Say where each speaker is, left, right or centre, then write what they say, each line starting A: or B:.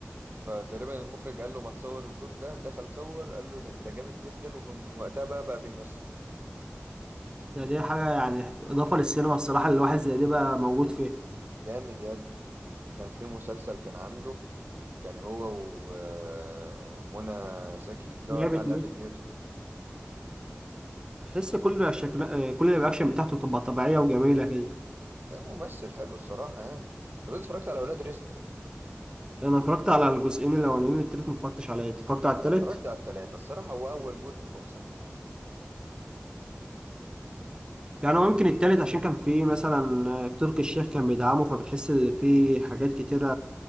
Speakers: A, on the right; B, on the right.
A: فتقريبا المخرج قال له ما تصور الدور ده دخل صور قال له ده انت جامد جدا ومن وقتها بقى بقى بيمثل
B: ده دي حاجة يعني إضافة للسينما الصراحة اللي الواحد زي دي بقى موجود فيها
A: جامد يا ابني وكان في مسلسل كان عامله كان هو و... آه، ومنى زكي اللي
B: لعبة
A: هو بتاع لعبة
B: ميوت
A: نيوتن
B: تحس كل شكل كل الرياكشن بتاعته بتبقى طبيعية وجميلة كده
A: ده ممثل حلو الصراحة يعني طب انت اتفرجت على أولاد رزق
B: أنا اتفرجت على الجزئين الأولانيين التالت ما اتفرجتش عليه أنت اتفرجت على التالت
A: انا اتفرجت على التلاتة الصراحة هو اول جزء هو احسن جزء
B: يعني هو يمكن التالت عشان كان فيه مثلا تركي الشيخ كان بيدعمه فبتحس إن فيه حاجات كتيرة